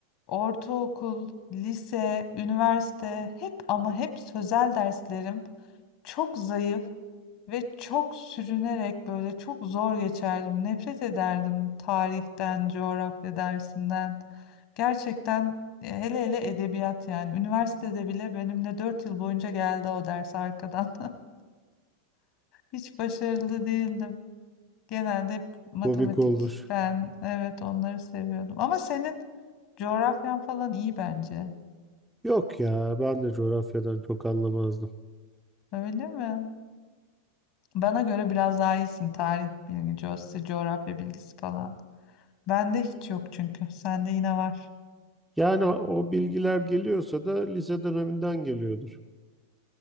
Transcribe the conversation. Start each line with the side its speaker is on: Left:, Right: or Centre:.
Left: ortaokul, lise, üniversite hep ama hep sözel derslerim çok zayıf. Ve çok sürünerek böyle çok zor geçerdim. Nefret ederdim tarihten, coğrafya dersinden. Gerçekten e, hele hele edebiyat yani. Üniversitede bile benimle 4 yıl boyunca geldi o ders arkadan. <laughs> Hiç başarılı değildim. Genelde hep matematik,
Centre: Komik olmuş.
Left: ben evet onları seviyordum. Ama senin coğrafyan falan iyi bence.
Centre: Yok ya ben de coğrafyadan çok anlamazdım.
Left: Öyle mi? Bana göre biraz daha iyisin tarih bilgisi, coğrafya bilgisi falan. Bende hiç yok çünkü. Sende yine var.
Centre: Yani o bilgiler geliyorsa da lise döneminden geliyordur.